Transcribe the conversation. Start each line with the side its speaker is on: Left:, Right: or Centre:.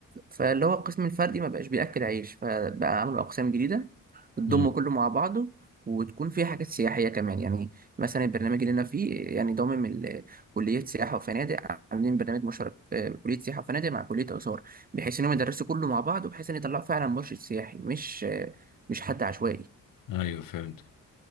Right: فاللي هو القسم الفردي ما بقاش بياكل عيش فبقى عملوا اقسام جديده بتضم
Left: امم
Right: كله مع بعضه وتكون فيها حاجات سياحيه كمان يعني مثلا البرنامج اللي انا فيه يعني ضامن ال- كليه سياحه وفنادق عاملين برنامج مشترك آه، كليه سياحه وفنادق مع كليه اثار بحيث انهم يدرسوا كله مع بعض وبحيث ان يطلعوا فعلا مرشد سياحي مش آه، مش حد عشوائي
Left: ايوه فهمت